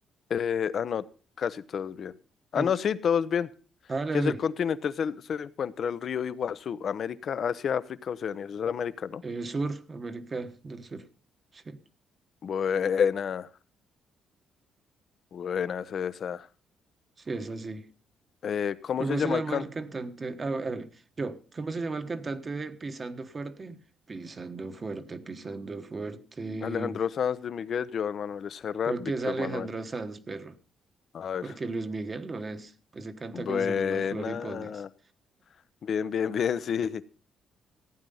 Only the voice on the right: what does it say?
¿En
qué-
Hágale,
hágale.
Eh, sur, América del Sur. Sí,
sí, es así.
¿Cómo
se llama
el cantante? Ah, hágale. Yo, ¿cómo se llama el cantante de Pisando Fuerte? Pisando Fuerte, Pisando Fuerte.
Creo
que es Alejandro
Sanz, perro.
Porque Luis Miguel no es. Ese canta
canciones más floripondias.